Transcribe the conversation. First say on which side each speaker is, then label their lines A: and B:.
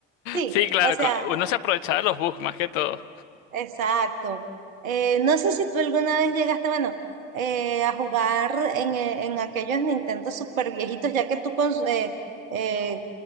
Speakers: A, on the right; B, on the left.
A: Sí,
B: sí, claro,
A: o sea,
B: co- uno se aprovecha de los bugs más que todo.
A: exacto. Eh, no sé si tú alguna vez llegaste, bueno, eh, a jugar en, eh, en aquellos Nintendo super viejitos, ya que tú con eh, eh,